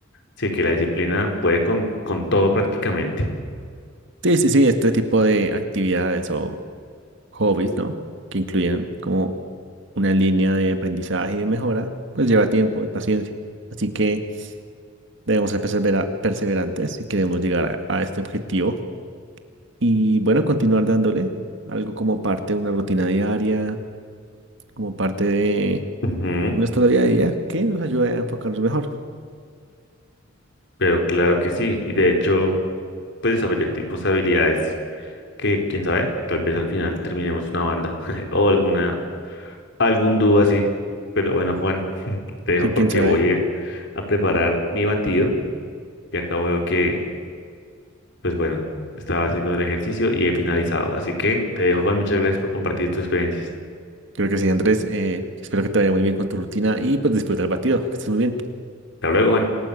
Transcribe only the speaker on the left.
sí, que la disciplina puede con, con todo prácticamente.
Ujú,
pero claro que sí, y de hecho, pues desarrollar tipos de habilidades que, quién sabe, tal vez al final terminemos una banda <laughs> o alguna, algún dúo así. Pero bueno, Juan, <laughs> te dejo
porque
voy eh, a preparar mi batido y acabo de que Pues bueno, estaba haciendo el ejercicio y he finalizado. Así que te dejo, Juan, muchas gracias por compartir tus experiencias.
Hasta luego, Juan.